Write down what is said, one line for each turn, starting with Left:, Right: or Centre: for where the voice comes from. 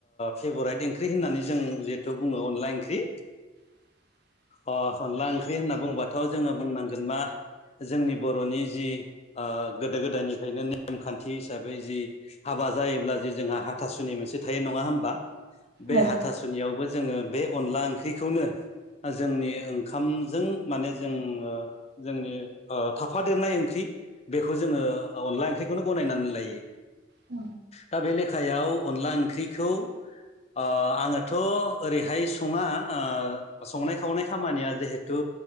Left: फेभराइट ओंख्रि होननानै जों जिहेथु बुङो अनला ओंख्रि
Right: <inaudible> <unintelligible>
Left: अ अनला ओंख्रि होनना बुंबाथ' जोङो बुंनांगोन मा जोंनि बर'नि जि ओ गोदो गोदायनिफ्रायनो नेमखान्थि हिसाबै जि हाबा बा जायोब्ला जे जोंहा हाथासुनि मोनसे थायो नङा होमबा? बे
Right: औ
Left: हाथासुनियावबो जोङो बे अनला ओंख्रिखौनो जोंनि ओंखामजों माने जोंओ जोंनि ओ थाफादेरनाय ओंख्रि बेखौ जोङो अनला ओंख्रिखौनो गनायनानै लायो
Right: औ
Left: दा बे लेखा हखायाव अनला ओंख्रिखौ ओ आङोथ' ओरैहाय सङा संनाय खावनाय खामानिया जिहेथु